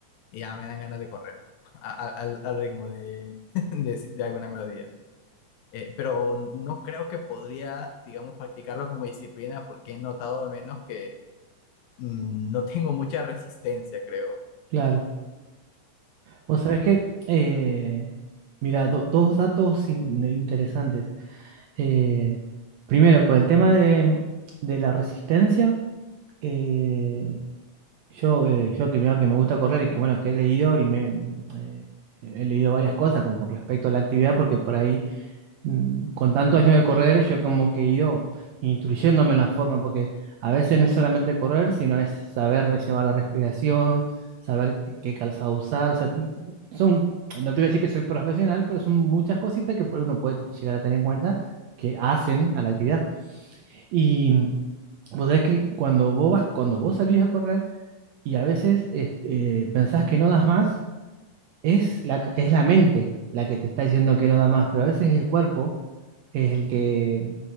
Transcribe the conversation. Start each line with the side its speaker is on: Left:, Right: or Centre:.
Left: y ya me dan ganas de correr a- a- al, al ritmo de, <laughs> de, de alguna melodía. Eh, pero no creo que podría, digamos, practicarlo como disciplina porque he notado al menos que mm, no tengo mucha resistencia, creo.
Right: claro. Vos sabés que, eh, mira, do- dos datos in- interesantes. Eh, primero, con el tema de, de la resistencia. eh, Yo, eh, yo que, me que me gusta correr y que bueno, que he leído y me eh, he leído varias cosas con, con respecto a la actividad, porque por ahí, mm, con tantos años de correr, yo como que he ido instruyéndome en la forma, porque a veces no es solamente correr, sino es saber llevar la respiración, saber qué, qué calzado usar. O sea, son, no te voy a decir que soy profesional, pero son muchas cositas que por ahí uno puede llegar a tener en cuenta que hacen a la actividad. Y vos sabés que cuando vos vas, cuando vos salís a correr, y a veces es- eh, pensás que no das más, es la, ca- es la mente la que te está diciendo que no da más, pero a veces el cuerpo es el que,